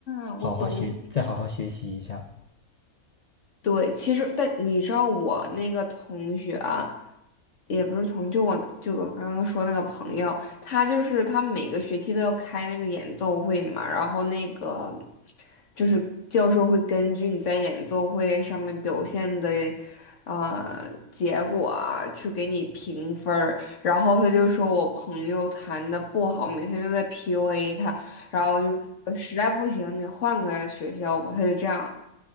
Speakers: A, on the left (about 60°); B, on the left (about 75°).
A: 啊，我懂，
B: 好好学，再好好学习一下。
A: 对，其实但你知道我那个同学啊，也不是同，就我就我刚刚说那个朋友，他就是他每个学期都要开那个演奏会嘛，然后那个就是教授会根据你在演奏会上面表现的呃结果啊，去给你评分儿，然后他就说我朋友弹的不好，每天都在 PUA 他，然后就说呃实在不行你换个学校吧，他就这样。